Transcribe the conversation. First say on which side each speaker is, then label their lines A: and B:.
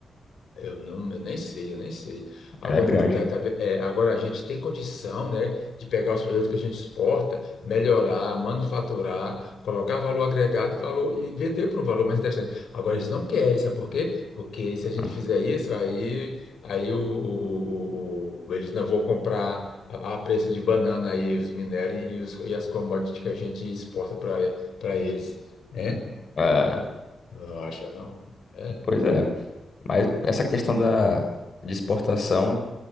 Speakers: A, on the left (about 80°); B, on the left (about 40°).
A: Eu, não, eu nem sei, eu nem sei. Agora,
B: Ela é grande.
A: tá- tá ve- é, agora a gente tem condição, né, de pegar os produtos que a gente exporta, melhorar, manufaturar, colocar valor agregado e, valor, e vender por um valor mais interessante. Agora, eles não querem, sabe por quê? Porque se a gente
B: hum.
A: fizer isso, aí, aí o, o- o- o- eles não vão comprar a, a preço de banana aí os minérios e, os- e as commodities que a gente exporta para para eles, né?
B: É,
A: Não acha, não? É.
B: pois é. Mas essa questão da, de exportação,